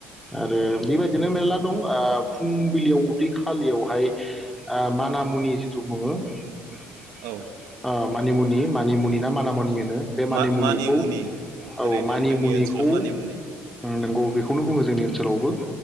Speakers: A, in the centre; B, on the right.
A: आरो बे बायदिनो मेरला दं ओ फुंबिलियाव उदै खालियावहाय ओ मानामुनि जिथु बुङो ओ
B: औ
A: मानिमुनि मानिमुनि ना मानामुनि होनो बे मानिमुनिखौ
B: मा मानि मुनि
A: औ
B: ओरैनो
A: मानिमुनिखौ
B: जोंनि ओनसोलाव मानि मुनि
A: नोंगौ बेखौनो बुङो जोंनि ओनसोलावबो